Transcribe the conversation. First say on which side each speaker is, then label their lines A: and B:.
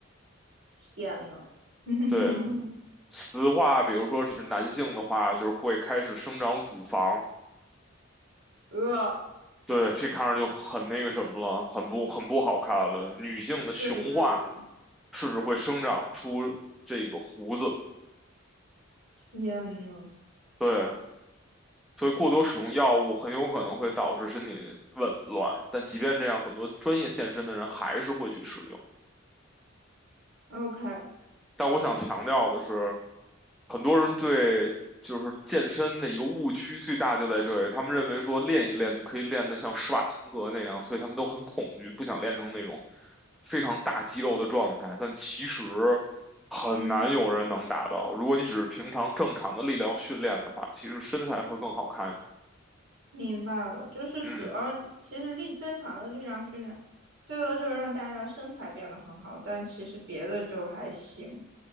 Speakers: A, on the right; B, in the centre.
A: 天呐，<laughs>
B: 对，雌化，比如说是男性的话，就是会开始生长乳房，
A: 呃，
B: 对，这看着就很那个什么了，很不很不好看了。女性的雄化，
A: 对对对，
B: 是指会生长出这个胡子，
A: 天呐
B: 对，所以过多使用药物很有可能会导致身体紊乱。但即便这样，很多专业健身的人还是会去使用。
A: o k
B: 但我想强调的是，很多人对就是健身的一个误区最大就在这里，他们认为说练一练就可以练得像施瓦辛格那样，所以他们都很恐惧，不想练成那种非常大肌肉的状态。但其实很难有人能达到，
A: 嗯，
B: 如果你只是平常正常的力量训练的话，其实身材会更好看。
A: 明白了，就是主要其实力正常的力量训练，
B: 嗯，
A: 最多就是让大家身材变得很好，但其实别的就还行。